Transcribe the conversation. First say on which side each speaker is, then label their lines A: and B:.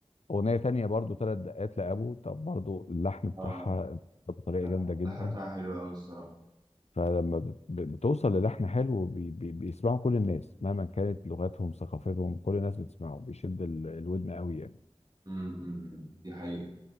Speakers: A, on the left (about 80°); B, on the right (about 40°).
A: أغنية تانية برضو ثلاث دقات لأبو طب برضو اللحن بتاعها
B: اه
A: بطريقة
B: لا
A: جامدة جدا
B: الحلقة بتاعها حلوة أوي الصراحة
A: فلما بت- بتوصل للحن حلو بي بي بيسمعه كل الناس مهما كانت لغتهم ثقافتهم كل الناس بتسمعه بيشد ال- الودن قوي يعني
B: أمم، أمم، أمم. دي حقيقة